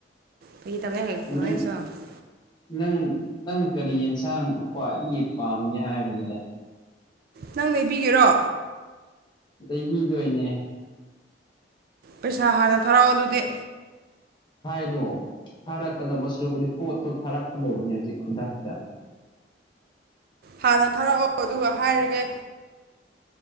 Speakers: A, on the right; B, on the left.
A: ꯐꯒꯤ ꯇꯧ
B: ꯅꯪ
A: <unintelligible>
B: ꯅꯪ ꯅꯪ ꯀꯔꯤ ꯌꯦꯟꯁꯥꯡ ꯈ꯭ꯋꯥꯏꯗꯒꯤ ꯄꯥꯝꯒꯦ ꯍꯥꯏꯕꯅꯤꯗ
A: ꯅꯪ ꯂꯩꯕꯤꯒꯦꯔꯣ
B: ꯂꯩꯕꯤꯗꯣꯏꯅꯦ
A: ꯄꯩꯁꯥ ꯍꯥꯟꯅ ꯊꯥꯔꯛꯑꯣ ꯑꯗꯨꯗꯤ
B: ꯍꯥꯏꯔꯣ ꯊꯥꯔꯛꯀꯗꯕ ꯁꯔꯨꯄꯗꯤ ꯄꯣꯠꯇꯣ ꯊꯥꯔꯛꯀꯗꯧꯕꯅꯤ ꯍꯧꯖꯤꯛ ꯈꯨꯗꯛꯇ
A: ꯍꯥꯟꯅ ꯊꯥꯔꯛꯑꯣ ꯑꯗꯨꯒ ꯍꯥꯏꯔꯒꯦ